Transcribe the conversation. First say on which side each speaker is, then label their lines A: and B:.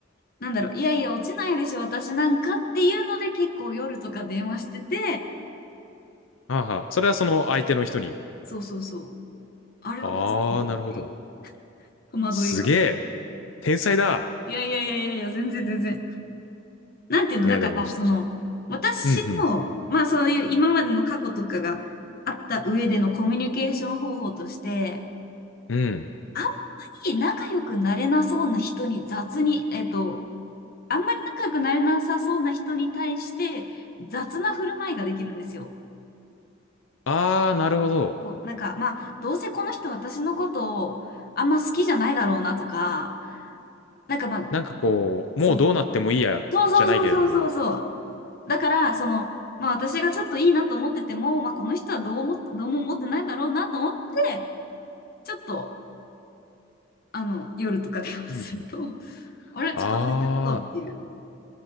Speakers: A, on the left; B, on the left.
A: なんだろう、いやいや、落ちないでしょ、私なんかっていうので、結構夜とか電話してて、
B: はあはあそれはその相手の人に。
A: そうそうそう。あれ、
B: あー、
A: 落ちてるっていう
B: なるほど。
A: 戸惑いが。
B: すげえ。天才だ。
A: いやいやいやいやいや、全然全然。なんていうの、
B: いや、
A: だから、
B: でも、じ
A: その、私の、
B: うん
A: まあそういう今までの過去とかがあった上でのコミュニケーション方法として、
B: うん。うん。
A: あんまり仲良くなれなそうな人に雑に、えっと、あんまり仲良くなれなさそうな人に対して雑な振る舞いができるんですよ。
B: あー、なるほど。
A: そう、なんか、まあ、どうせこの人私のことをあんま好きじゃないだろうなとか、なんかまあ、
B: なんかこう、
A: そう。
B: もうどうなってもいいや、
A: そうそうそうそうそうそう。
B: じゃないけれども。
A: だから、その、まあ私がちょっといいなと思ってても、まあこの人はどう思っどうも思ってないだろうなと思って、ちょっと、あの、夜とか電話すると、
B: うんうん。
A: <laughs> あれ、
B: あー、
A: 近づいちゃったっていう。